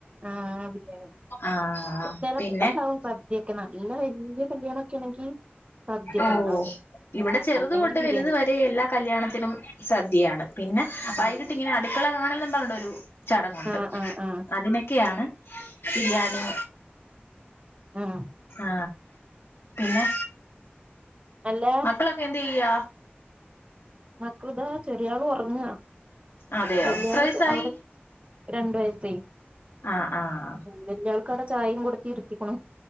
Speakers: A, on the right (about 30°); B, on the left (about 80°).
A: ആ ആ ബരിയാണിയാണ്
B: ആഹ്
A: ചെലപ്പണ്ടാവും
B: പിന്നെ
A: സ ഇയൊക്കെ നല്ല വലിയ കല്യാണൊക്കെയാണെങ്കിൽ ദ്യക്കെ
B: ഓ
A: ഉണ്ടാവും
B: ഇവിടെ ചെറുത്
A: അല്ലെങ്കി
B: തൊട്ട്
A: ബിരിയാണി
B: വലുതു വരെ എല്ലാ കല്യാണത്തിനും സദ്യയാണ്. പിന്നെ വൈകിട്ടിങ്ങനെ
A: ആഹ്
B: അടുക്കള കാണലും പറഞ്ഞിട്ടൊരു ചടങ്ങുണ്ട്
A: ആഹ് ആഹ് ആഹ്
B: അതിനൊക്കെയാണ് ബിരിയാണി
A: അ ആ
B: ആ പിന്നെ
A: അല്ല
B: മക്കളൊ എന്തെയ്യ?
A: മക്കള് ദാ ചെറിയാള് ഒറങ്ങാ
B: അതെയോ
A: വലിയാള്
B: എത്ര വയസായി
A: ചെ അവിടെ രണ്ട് വയസ്സായി
B: ആ ആ
A: വല്ലയാള്ക്കവിടെ ചായേം കൊടുത്തി ഇരുത്തിക്ക്ണു.